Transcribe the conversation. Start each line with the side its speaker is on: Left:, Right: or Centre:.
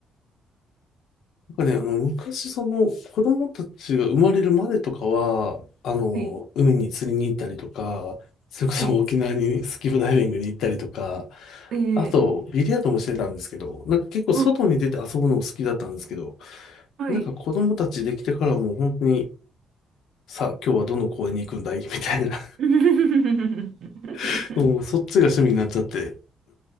Left: なんかね、あの、昔、その、子供たちが生まれるまでとかは、あの、
Right: はい。
Left: 海に釣りに行ったりとか、それこそ沖縄にスキューバダイビングに行ったりとか、
Right: はい。ええ、
Left: あと、ビリヤードもしてたんですけど、なんか結構外に出て遊ぶのも好きだったんですけど、
Right: あ、はい。
Left: なんか子供たちできてからはもう本当に、さあ、今日はどの公園に行くんだい <laughs> みたいな、
Right: <laughs>
Left: <laughs> もうそっちが趣味になっちゃって、